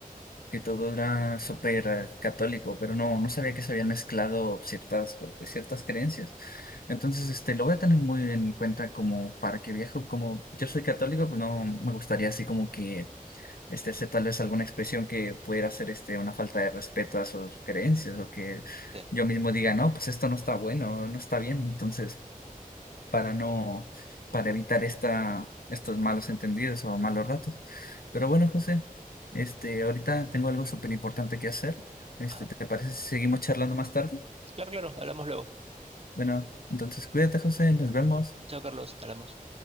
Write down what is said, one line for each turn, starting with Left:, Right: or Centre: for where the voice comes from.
Left: que todo era súper eh, católico, pero no, no sabía que se habían mezclado ciertas, co- ciertas creencias. Entonces, este, lo voy a tener muy en cuenta como para que viaje, como yo soy católico, pues no me gustaría así como que este, hacer tal vez alguna expresión que pudiera ser este, una falta de respeto a sus creencias o que
Right: Sí.
Left: yo mismo diga, no, pues esto no está bueno, no está bien. Entonces, para no, para evitar esta, estos malos entendidos o malos ratos. Pero bueno, José, este, ahorita tengo algo súper importante que hacer. Este,
Right: Ajá.
Left: ¿te parece si seguimos charlando más tarde?
Right: Claro, claro, hablamos luego.
Left: Bueno, entonces cuídate, José, nos vemos.
Right: Chao, Carlos, hablamos.